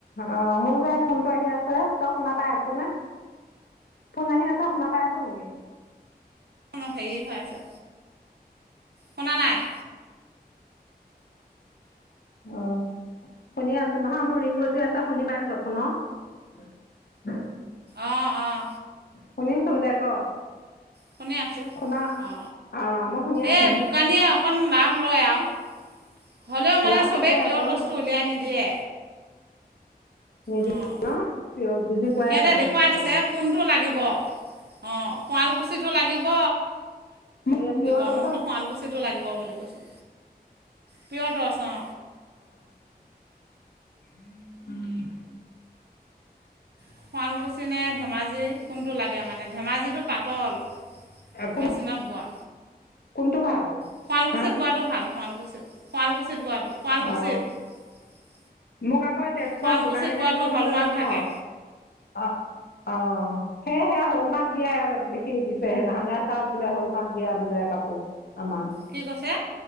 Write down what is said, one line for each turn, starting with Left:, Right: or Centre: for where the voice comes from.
Left: অ মোৰ যে ফোন টো আহি আছে। তই শুনা পাই আছ নে কোন আহি আছে শুনা পাই আছ নেকি
Right: অ হেৰি হৈ আছে শুনা নাই
Left: আহ শুনি আছো নহয় মোৰ ৰিং বজি আছে শুনি পাইছোপুনৰ
Right: অঁ অঁ
Left: কুনে চৌধ ক
Right: শুনি আছোঁ
Left: শুনা
Right: অ
Left: অ', মই শুনি আছো।
Right: এই দোকানীয়ে অকণ লাভ লয় আৰু হ'লেও মানে
Left: লাভ
Right: চবেই
Left: ল'বই
Right: পিয়ৰ
Left: আকৌ
Right: বস্তু উলিয়াই নিদিয়ে
Left: নিদি
Right: অঁ
Left: ন ক বুজি পোৱাই
Right: সিহঁতে
Left: তাৰান
Right: দেখুৱাই
Left: একদম
Right: দিছে <unintelligible> ধেমাজি বৰাটো লাগিব
Left: এয়া পিয়ৰ
Right: আৰু
Left: টছত
Right: মই বো শুৱালকুছিটো লাগিব বুলি কছোঁ পিয়টচ অ'।
Left: উম।
Right: শুৱালকুছি নে ধেমাজি কোনটো লাগে মানে ধেমাজিটো পাতল।
Left: কোন
Right: মেচিনত বোৱা
Left: কোনটো ভাল?
Right: শুৱালকুছিত
Left: হা
Right: বোৱাটো ভাল শুৱালকুছিত শুৱালকুছিত বোৱাটো শুৱালকুছিত
Left: অ মোক আকৌ তেজপুৰ
Right: শুৱালকুছিত
Left: দোকানী এটা
Right: বোৱাটো
Left: কি কৈছিলে
Right: হলমাৰ্ক
Left: জান
Right: থাকে
Left: অ অ' সেয় হলমাৰ্ক দিয়াই বেি দিছে সেইদিনাখনেে চাওক বোলে হলমাৰ্ক দিয়া বোলে কাপোৰ আমাক।
Right: কি কৈছে?